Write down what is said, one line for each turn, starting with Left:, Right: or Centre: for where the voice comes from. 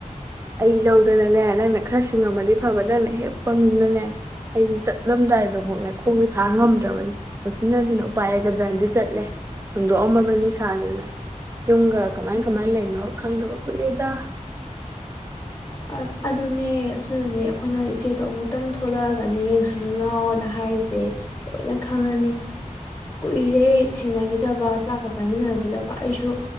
Right: ꯑꯩ ꯂꯧꯗꯅꯅꯦ ꯅꯪꯅ ꯈꯔ ꯁꯤꯡꯉꯝꯃꯗꯤ ꯐꯕ ꯅꯪꯅ ꯍꯦꯛ ꯄꯪꯗꯅꯅꯦ ꯑꯩꯗꯤ ꯆꯠꯂꯝꯗꯥꯏꯗꯐꯥꯎꯅꯦ ꯂꯧꯗꯅꯥꯅꯦ ꯅꯪꯅ ꯈꯔꯥ ꯁꯤꯉꯝ ꯃꯗꯤꯅꯤ ꯆꯠꯂꯝꯗꯥꯏꯗꯤꯐꯥꯎ ꯈꯣꯡꯖꯦ ꯊꯥꯡ ꯉꯝꯗ꯭ꯔꯕꯅꯤ ꯑꯣ ꯎꯆꯤꯟꯅꯆꯤꯟꯅ ꯎꯄꯥꯏ ꯂꯩꯒꯗ꯭ꯔꯅꯗꯤ ꯆꯠꯂꯦ ꯍꯨꯟꯗꯣꯛꯑꯝꯃꯕꯅꯤ ꯁꯥꯗꯅ ꯌꯨꯝꯒ ꯀꯃꯥꯏ ꯀꯃꯥꯏꯅ ꯂꯩꯅꯣ ꯈꯪꯗꯕ ꯀꯨꯏꯔꯦꯗ
Left: ꯑꯁ ꯑꯗꯨꯅꯦ ꯑꯗꯨꯅꯅꯦ ꯑꯩꯈꯣꯏꯅ ꯏꯆꯦꯗꯣ ꯑꯃꯨꯛꯇꯪ ꯊꯣꯛꯂꯛꯑꯒꯅꯦ ꯌꯦꯡꯁꯜꯂꯣ ꯂꯥꯎꯑꯣꯑꯣꯅ ꯍꯥꯏꯔꯤꯁꯦ ꯂꯣꯏꯅ ꯈꯪꯉꯅꯤ ꯀꯨꯏꯔꯦ ꯊꯦꯡꯅꯈꯤꯗꯕ ꯆꯥꯛꯀ ꯆꯥꯃꯤꯟꯅꯈꯤꯗꯕ ꯑꯩꯁꯨ